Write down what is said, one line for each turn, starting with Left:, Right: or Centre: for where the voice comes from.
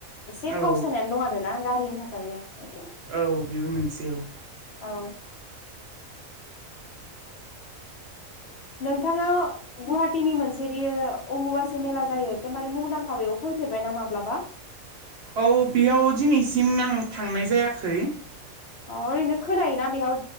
Left: एसे
Right: अ औ
Left: फावसायनानै दं आरोना गारिनि थाखायनो इदि
Right: औ बेबो मोनसे औ
Left: औ नोंथाङा गुवाहाटीनि मोनसेदि अमबुबासि मेला जायो एकदमबारे मुंदांखा बेायाव फै फैफेरबाय ना माब्लाबा?
Right: औ बेयाव दिनैसिम आं थांनाय जायाखै ।
Left: अ ओरैनो खोनायोना बेयाव